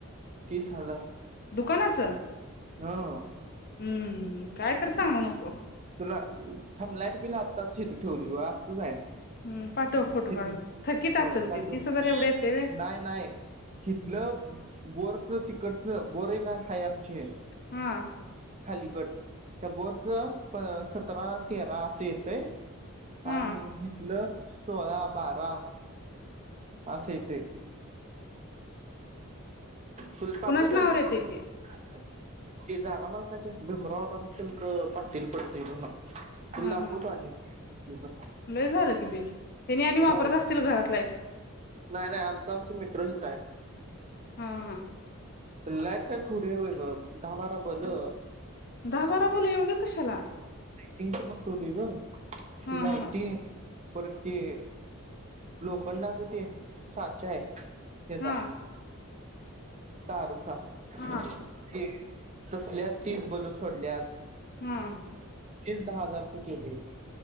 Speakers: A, on the right; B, on the left.
A: तीस हजार
B: दुकानाचं?
A: हो.
B: हम्म कायतर सांगू नको.
A: तुला थांब लाईट बिल आताच हिथं ठेवली. <unintelligible> <unintelligible> आहे
B: हम् पाठव फोटो
A: हिथ
B: काढून थकीत
A: हो
B: असंल
A: पाठव
B: ते तीस हजार एवढं येतंय व्हय?
A: नाही नाही हिथलं बोरचं तिकडचं बोर एक हाय आमची.
B: हा
A: खालीकड त्या बोरचं प सतरा तेरा असं येतय.
B: हा
A: आणि हितलं सोळा बारा असे ते फुल <unintelligible>
B: कुणाच नावावर येतय ते
A: मला <unintelligible> भीमराव रामचंद्र <unintelligible>
B: हा हा
A: <unintelligible> <unintelligible>
B: लय झालं की बिल त्यांनी आणि वापरत
A: मग
B: असतील घरात लाईट
A: नाही नाही आमचं आमचं मिटर हिताय
B: हा हा
A: लाईट काय थोडी हाय व्हय ब दहा बारा बलं
B: दहा बारा बलं एवढं कशाला
A: तेच बसवलय गं
B: हा
A: लायटी
B: हा
A: परत ते लोखंडाचं ते साचा आहे ते
B: हा
A: जा सारूचा
B: हा
A: ते <unintelligible> तसल्यात ती बलं सोडल्यात..
B: हम्
A: तीस दहा हजारचे केलंय.